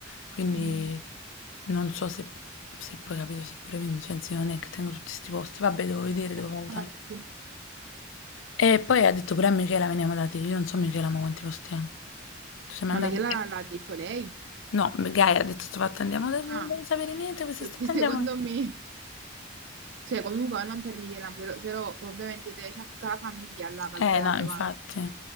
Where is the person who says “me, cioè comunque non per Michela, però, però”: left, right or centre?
Right